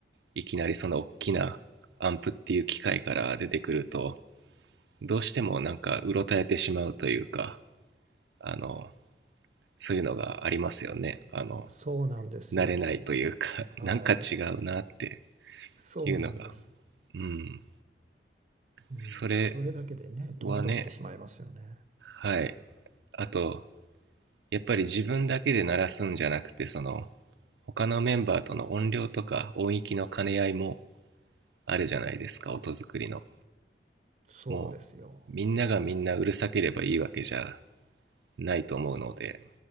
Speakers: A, on the right (about 80°); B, on the right (about 40°).
A: いきなりその大きなアンプっていう機械から出てくるとどうしてもなんかうろたえてしまうというかあのそういうのがありますよねあの
B: そうなんですよ。
A: 慣れないというか
B: はい。
A: <laughs> なんか違うなって
B: そうなんです。
A: いうのがうん
B: うん、
A: それ
B: それだけでね、戸惑ってしまいますよね。
A: はねはいあとやっぱり自分だけで鳴らすんじゃなくてその他のメンバーとの音量とか音域の兼ね合いもあるじゃないですか音作りの
B: そうですよ。
A: もうみんながみんなうるさければいいわけじゃないと思うので、